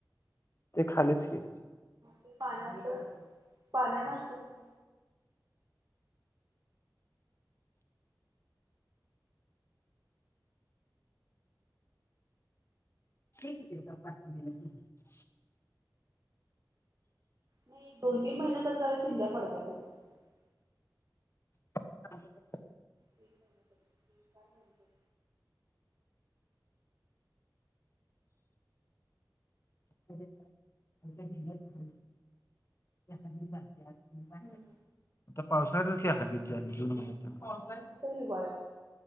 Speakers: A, on the left; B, on the right.
A: ते खालीच की.
B: ते पाण्यात पाण्यान स्वच्छ.
A: <unintelligible>
B: नाही एक-दोन-तीन महिने तर, त्या चिंद्या पडतातच. तीन
A: ह <unintelligible>
B: तीन महिने, तीन-चार महिने.
A: <unintelligible> जी ब
B: हम्म
A: <unintelligible> आता पावसाळ्यातच हगीज, जून
B: हम्म
A: महिन्यात.
B: पावसाळ्यात नाही तर हिवाळ्यात